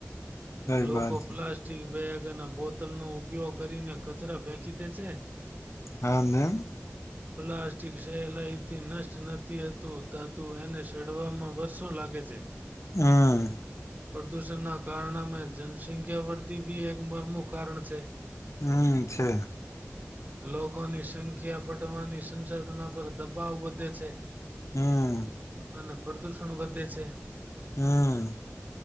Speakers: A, on the left; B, on the right.
A: સઈ
B: લોકો
A: વાત
B: પ્લાસ્ટિક બેગ ના બોતલ નો ઉપયોગ કરીને કચરા ફેંકી દે છે
A: <unintelligible>
B: પ્લાસ્ટિક સહેલાઈથી નષ્ટ નથી હતું હા તો એને સડવામાં વર્ષો લાગે છે.
A: હા
B: પ્રદૂષણના કારણમે જનસંખ્યા વધી બી એક મરમું કારણ છે
A: હમ છે
B: લોકોની સંખ્યા બઢવાની સંસાધના પર દબાવ વધે છે.
A: હમ્મ.
B: અને પ્રદુષણ વધે છે.
A: હમ્મ.